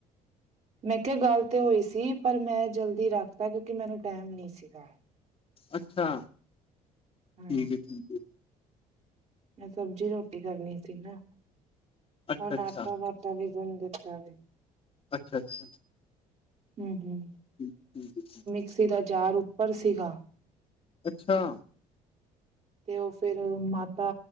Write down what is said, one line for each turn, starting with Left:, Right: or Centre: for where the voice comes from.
Right: ਮੈਂ ਕਿਹਾ ਗੱਲ ਤੇ ਹੋਈ ਸੀ ਪਰ ਮੈਂ ਜਲਦੀ ਰੱਖ ਤਾ ਕਿਉਂਕਿ ਮੈਨੂੰ ਟਾਈਮ ਨਹੀਂ ਸੀਗਾ।
Left: ਅੱਛਾ
Right: ਹਾਂ
Left: ਠੀਕ ਏ ਠੀਕ ਏ
Right: ਮੈਂ ਸਬਜ਼ੀ ਰੋਟੀ ਕਰਨੀ ਸੀ ਨਾ
Left: ਅੱਛਾ
Right: ਹੁਣ
Left: ਅੱਛਾ
Right: ਆਟਾ -ਵਾਟਾ ਵੀ ਗੁਨ ਦਿੱਤਾ ਵੇ।
Left: ਅੱਛਾ-ਅੱਛਾ
Right: ਹਮ-ਹਮ
Left: <unintelligible> <inaudible>
Right: ਸੀ ਦਾ ਜਾਰ ਉੱਪਰ ਸੀਗਾ
Left: ਅੱਛਾ! !
Right: ਤੇ ਉਹ ਫਿਰ ਮਾਤਾ